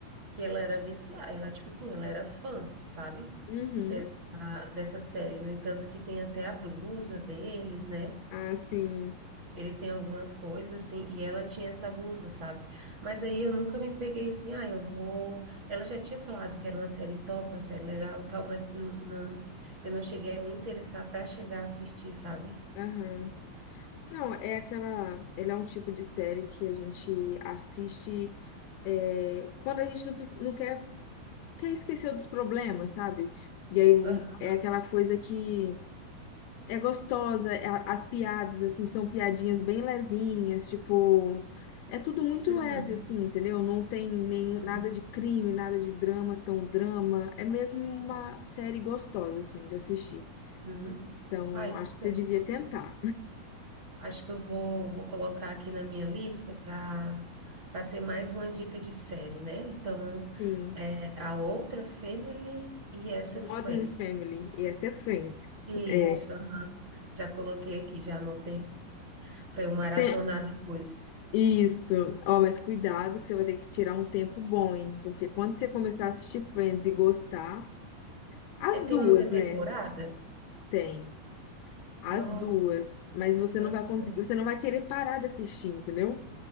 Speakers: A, on the right; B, on the left.
A: que ela era viciada, ela, tipo assim, ela era fã, sabe?
B: Uhum.
A: Dessa, dessa série. No entanto, que tem até a blusa deles, né?
B: Ah, sim.
A: Ele tem algumas coisas assim, e ela tinha essa blusa, sabe? Mas aí eu nunca me peguei assim, ah, eu vou. Ela já tinha falado que era uma série top, uma série legal e tal, mas não, não- eu não cheguei a me interessar para chegar a assistir, sabe?
B: Aham. Não, é aquela. Ele é um tipo de série que a gente assiste é, quando a gente não, preci- não quer, quer esquecer dos problemas, sabe? E aí um-
A: Aham.
B: é aquela coisa que é gostosa, é- as piadas, assim, são piadinhas bem levinhas, tipo. É tudo muito
A: Uhum.
B: leve, assim, entendeu? Não tem nem
A: Sim.
B: nada de crime, nada de drama, tão drama. É mesmo uma série gostosa, assim, de assistir.
A: Uhum.
B: Então,
A: Ai, que
B: acho que
A: bom.
B: você devia tentar.
A: Acho que eu vou, vou colocar aqui na minha lista para para ser mais uma dica de série, né? Então,
B: Sim.
A: é, a outra, Family, e essa, Friends.
B: Modern Family, e essa é Friends.
A: Isso,
B: É,
A: aham. Já coloquei aqui, já anotei para eu maratonar
B: tem-
A: depois.
B: isso. Ó, mas cuidado que você vai ter que tirar um tempo bom, hein? Porque quando você começar a assistir Friends e gostar, as
A: É, tem
B: duas,
A: muita temporada?
B: né? Tem. As
A: Nossa,
B: duas, mas você
A: aham,
B: não vai conseguir, você não vai querer parar de assistir, entendeu?